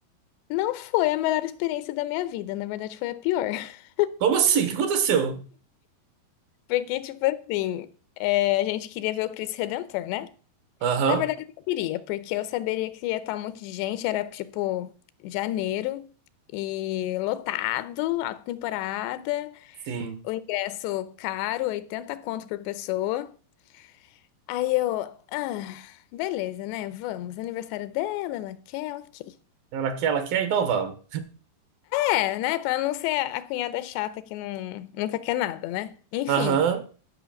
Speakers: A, on the left; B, on the right.
A: não foi a melhor experiência da minha vida, na verdade foi a pior. <laughs>
B: Como assim? O que aconteceu?
A: Porque, tipo assim, é, a gente queria ver o Cristo Redentor, né?
B: Aham.
A: Na verdade, eu não queria, porque eu saberia que ia estar um monte de gente, era tipo janeiro e lotado, alta temporada,
B: Sim.
A: o ingresso caro, 80 conto por pessoa. Aí eu, ah, beleza, né? Vamos, aniversário dela, ela quer, ok.
B: Ela quer, ela quer, então vamos.
A: É, né? Pra não ser a cunhada chata que não, nunca quer nada, né? Enfim.
B: Aham.